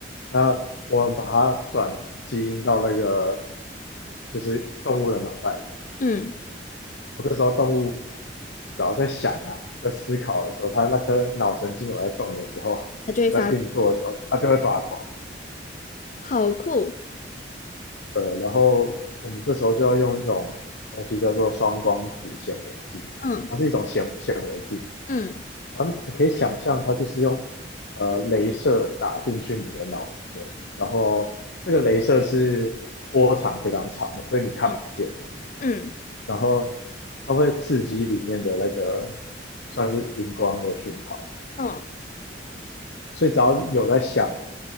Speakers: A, on the left (about 85°); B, on the left (about 45°).
A: 那我们把它转基因到那个就是动物的脑袋里，
B: 嗯，
A: 我这时候动物只要在想啊，在思考的时候，它那颗脑神经有在动的时候，
B: 它就会发亮
A: 有在运作的时候，它就会发光。
B: 好酷，
A: 对，然后我们这时候就要用一种东西叫做双光子显微镜，
B: 嗯
A: 它是一种显显微镜，
B: 嗯
A: 然后你可以想象它就是用呃镭射打进去你的脑里面然后这个镭射是波长非常长的，所以你看不见，
B: 嗯嗯，
A: 然后它会刺激里面的那个算是荧光的讯号，
B: 嗯，
A: 所以只要有在想